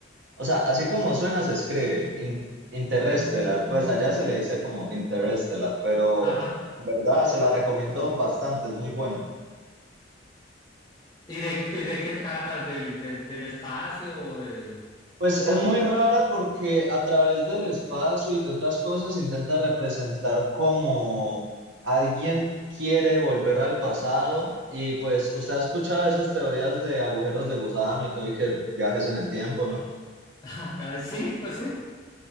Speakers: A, on the right (about 70°); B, on the left (about 20°).
A: o sea, así como suena se escribe, in- Interstellar, pues allá se le dice como Interstellar, pero
B: Ajá.
A: en verdad se la recomiendo bastante, es muy buena.
B: ¿Y de, y de qué trata? ¿Del, del, del espacio? o de-
A: Pues es muy rara porque a través del espacio y de otras cosas intenta representar cómo alguien quiere volver al pasado y pues usted ha escuchado esas teorías de agujeros de gusano y todo y que viajes en el tiempo, ¿no?
B: <laughs> Ah, caray, Sí, pues sí.